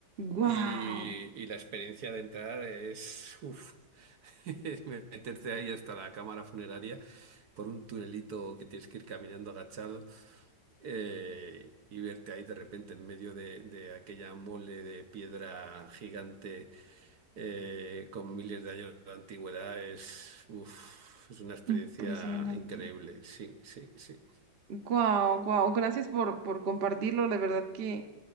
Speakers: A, on the right (about 45°); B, on the right (about 65°).
A: wow,
B: Y, y la experiencia de entrar es, uf, <laughs> meterte ahí hasta la cámara funeraria por un tunelito que tienes que ir caminando agachado eh, y verte ahí de repente en medio de, de aquella mole de piedra gigante eh, con miles de años de antigüedad es, uf, es una experiencia
A: impresionante.
B: increíble. Sí, sí, sí.
A: Wow, wow. Gracias por por compartirlo. La verdad que